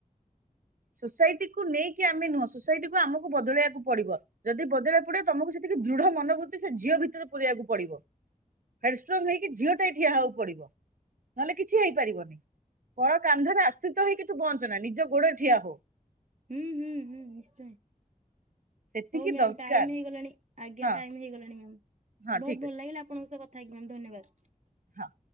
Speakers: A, on the right; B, on the right.
A: ସୋସାଇଟି କୁ ନେଇକି ଆମେ ନୁହଁ ସୋସାଇଟିକୁୁ ଆମକୁ ବଦଳେଇବାକୁ ପଡିବ। ଯଦି ବଦଳାଇ ପଡିବ ତମକୁ ସେତିକି ଦୃଢ ମନୋବୃତ୍ତି ସେ ଝିଅ ଭିତରେ ପୁରେଇବାକୁ ପଡିବ। ହଡଷ୍ଟ୍ରଙ୍ଗ ହେଇକି ଝିଅ ଟା ଠିଆବାକୁ ପଡିବ। ନହେଲେ କିଛି ହେଇପାରିବନି ପର କାନ୍ଧରେ ଆଶ୍ରିତ ହେଇକି ତୁ ବଞ୍ଚ ନା ନିଜ ଗୋଡ ଠିଆ ହୋ।
B: ହୁଁ ହୁଁ ହୁଁ ନିଶ୍ଚୟ
A: ସେତିକି
B: ହଉ ମାମ୍
A: ଦରକାର
B: ଟାଇମ ହେଇଗଲାଣି। ଆଜ୍ଞା
A: ହଁ
B: ଟାଇମ ହେଇଗଲାଣି ମ୍ୟାମ୍
A: ହଁ
B: ବହୁତ
A: ଠିକ ଅଛି
B: ଭଲ ଲାଗିଲା ଆପଣଙ୍କ ସହ କଥା ହେଇକି ମ୍ୟାମ୍ ଧନ୍ୟବାଦ।
A: ହଁ।